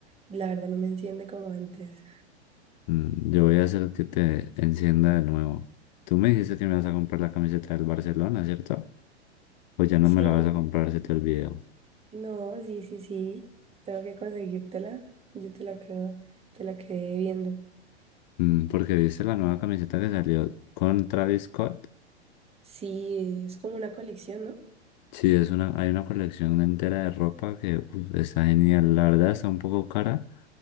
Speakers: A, on the right (about 20°); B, on the left (about 45°).
A: la verdad no me enciende como antes.
B: Mm, Yo voy a hacer que te encienda de nuevo. Tú me dijiste que me vas a comprar la camiseta del Barcelona, ¿cierto? Pues ya no
A: Sí,
B: me la vas a comprar, se te olvidó.
A: No, sí, sí, sí. Tengo que conseguírtela. Yo te la quedo, te la quedé viendo.
B: Mm, Porque viste la nueva camiseta que salió con Travis Scott.
A: Sí, es como una colección, ¿no?
B: Sí, es una, hay una colección entera de ropa que uf, está genial. La verdad está un poco cara,